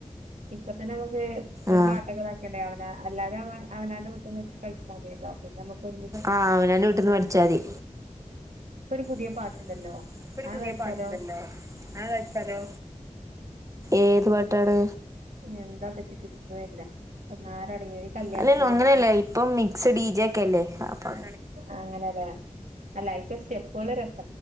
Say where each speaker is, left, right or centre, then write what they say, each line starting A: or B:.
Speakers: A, on the right; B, on the right.
A: ഇപ്പത്തന്നെ നമുക്ക് ഒരു
B: ആ
A: പാട്ടൊക്കെ ഇതാക്കിട്ടെ എല്ലാരും അവൻ <unintelligible> വീട്ടന്ന് വെച്ച് കളിചാൽതിയല്ലോ പിന്നെ നമുക്ക് ഒരു
B: ആഹ് അവനന്റെ വീട്ടിൽന്ന് പഠിച്ചാതി
A: ഇപ്പൊ ഒരു പുതിയ
B: ഇപ്പൊ
A: പാട്ടുണ്ടല്ലോ
B: ഒരു
A: അത്
B: പുതിയ
A: കളിച്ചാലോ
B: പാട്ട് ണ്ടല്ലോ അത് കളിച്ചാലോ ഏത് പാട്ടാണ്
A: എന്താപ്പച്ച <unintelligible> കല്യാണത്തിന്റെ
B: അല്ലല്ല അങ്ങനെയല്ല
A: തന്നെ
B: ഇപ്പം മിക്സ് ഡി ജെ ക്കെ അല്ലേ അപ്പം
A: അങ്ങനെതെ അല്ല അയി <unintelligible>